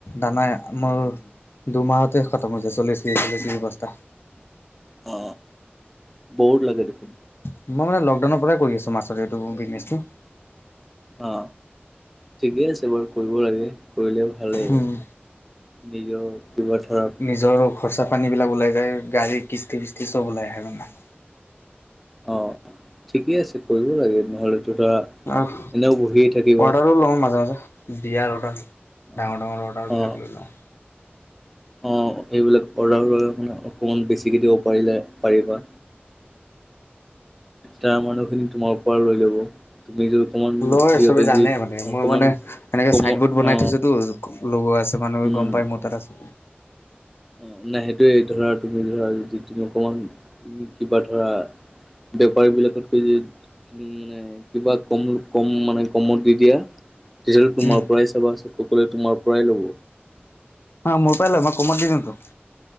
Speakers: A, on the left; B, in the centre.
A: দানা মোৰ দুমাহতে খতম হৈ যায়। চল্লিছ কেজি, চল্লিছ কেজি বস্ত তা।
B: অ বহুত লাগে দেখোন।
A: মই মানে লকডাউনৰ পৰাই কৰি আছো, মাছৰ এইটো বিজনেছটো।
B: অ ঠিকে আছে বাৰু কৰিব লাগে, কৰিলেও ভালেই।
A: উম,
B: নিজৰ কিবা ধৰা
A: তো খৰচা পানীবিলাক ওলাই যায়। গাড়ীৰ কিস্তি ফিস্তি চব
B: উম,
A: ওলাই আহে আৰু মানে।
B: অ ঠিকেই আছে কৰিব লাগে, নহ'লেত ধৰা
A: অহ।
B: এনেও বহি থাকি
A: অৰ্ডাৰো লওঁ মাজে মাজে, বিয়াৰ অৰ্ডাৰ,
B: অ
A: ডাঙৰ ডাঙৰ অৰ্ডাৰবিলাক লৈ লওঁ।
B: অ সেবিলাক অৰ্ডাৰ ল'লে মানে অকণমান বেছিকে দিব পাৰিলে পাৰিবা। তাৰ মানুহ খিনি তোমাৰ পৰা লৈ ল'ব। তুমি যদি অকমান
A: লয়
B: সিহঁতক
A: চবে জানে
B: যদি
A: মানে মই
B: অকমান
A: মানে এনেকে
B: কম
A: চাইন বৰ্ড বনাই
B: অ
A: থৈছোতো। লগোৱা আছে মানুহে
B: উম
A: গম পাই মোৰ তাত আছে বুলি।
B: অ নাই সেইটোয়ে ধৰা তুমি ধৰা যদি তুমি অকমান কিবা ধৰা, বেওপাৰ বিলাক <unintelligible> মানে কিবা কম কম মানে কমত দি দিয়া। জ তোমাৰ
A: উম
B: পৰাই চাবা সকলোৱে তোমাৰ পৰাই ল'ব।
A: অ মোৰ পাই লৈ মই কমত দি দিও তো